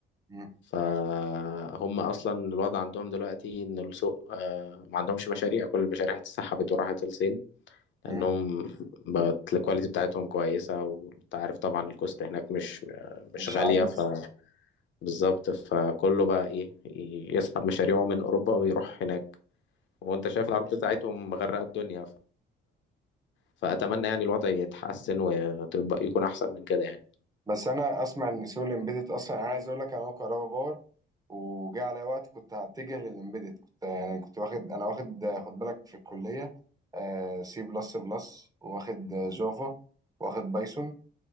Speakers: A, on the right; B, on the left.
A: مم،
B: فهم أصلا الوضع عندهم دلوقتي إن السوق آه، ما عندهمش مشاريع كل المشاريع اتسحبت وراحت الصين لأنهم
A: مم.
B: بقت الكواليتي بتاعتهم كويسة وأنت عارف طبعا الكوست هناك مش مش
A: مش
B: غالية
A: عارف
B: ف بالظبط فكله بقى ايه ي- يسحب مشاريعه من اوروبا ويروح هناك وانت شايف العروض بتاعتهم مغرقه الدنيا ف... فاتمنى يعني الوضع يتحسن وتبقى يكون احسن من كده يعني
A: بس انا اسمع ان سوق الامبيدد اصلا انا عايز اقول لك انا هو كهربا باور وجاء عليا وقت كنت هتجه للامبيدد كنت يعني كنت واخد انا واخد خد بالك في الكليه سي بلس بلس واخد جافا واخد بايثون